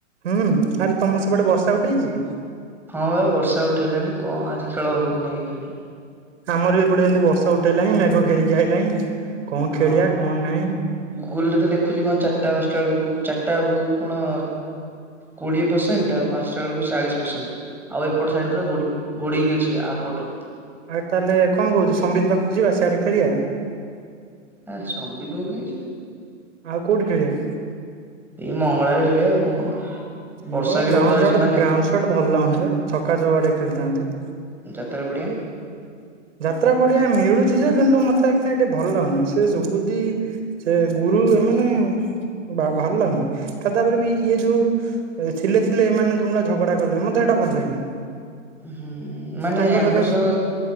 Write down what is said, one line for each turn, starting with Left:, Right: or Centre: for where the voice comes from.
Right: ହୁଁ ଆରେ ତମ ସେପଟେ ବର୍ଷା ଉଠେଇଚି?
Centre: ହଁ ବା ବର୍ଷା ଉଠିଗଲାଣି କଣ ଆଜି ଖେଳ ହବ କି ନାଇଁ କେଜାଣି
Right: ଆମର ବି ଏପଟେ ଏମିତି ବର୍ଷା ଉଠେଇଲାଇଁ ମେଘ ଘେରିକି ଆଇଲାଇଁ କଣ
Centre: ହଁ।
Right: ଖେଳିବା କଣ ନାଇଁ
Centre: ଗୁଗୁଲରେ ତ ଲେଖୁଚି କଣ ଚାରିଟା ପାଞ୍ଚଟା ବେଳକୁ ଚାରିଟା ବେଳକୁ କଣ କୋଡ଼ିଏ ପରସେଣ୍ଟ ଆଉ ପାଞ୍ଚଟା ବେଳକୁ ଚାଳିଶ ପରସେଣ୍ଟ ଆଉ ଏପଟ ସାଇଡ ପୁରା ଘଡେଇକି ଘୋଡେଇକି ଅଛି ଆରପଟ
Right: ଆଉ ତାହେଲେ କଣ କହୁଚୁ ସମ୍ବିତ ପାଖକୁ ଯିବା ସିଆଡେ ଖେଳିଆ?
Centre: ହେ ସମ୍ବିତ ପାଖକୁ କାଇଁ ଯିବା?
Right: ଆଉ କୋଉଠି ଖେଳିବା?
Centre: ଏଇ ମଙ୍ଗଳାରେ ଖେଳିଆଉ କଣ। ବର୍ଷା
Right: ମଙ୍ଗଳା
Centre: ବି
Right: ଗ୍ରାଉଣ୍ଡ
Centre: ହବ ଆଜି
Right: ସଟ
Centre: ମାନେ
Right: ଗ୍ରାଉଣ୍ଡ ସଟ ଭଲ ଲାଗୁନି ବେ ଛକା ଚଉକା ଟିକେ ଖେଳିଥାନ୍ତେ।
Centre: ଯାତ୍ରା ପଡ଼ିଆ?
Right: ଯାତ୍ରା ପଡିଆ ମିଳୁଚି ଯେ କିନ୍ତୁ ମତେ କାଇଁ ଟିକେ ଭଲ ଲାଗୁନି। ସେ ସୁବୁଧି ସେ ଗୁରୁ ଏମାନେ ଭଲ ଲାଗୁନି ତ ତାପରେ ବି ଇଏ ଯୋଉ ଥିଲେ ଥିଲେ ଏମାନେ ଯଉଁଟା ଝଗଡା କଲେ ମତେ ସେଇଟା ଭଲ ଲାଗିଲାନି।
Centre: ହୁଁ ମାନେ
Right: ତାଙ୍କ
Centre: ଆଙ୍କ
Right: ସକାଶେ
Centre: ସହ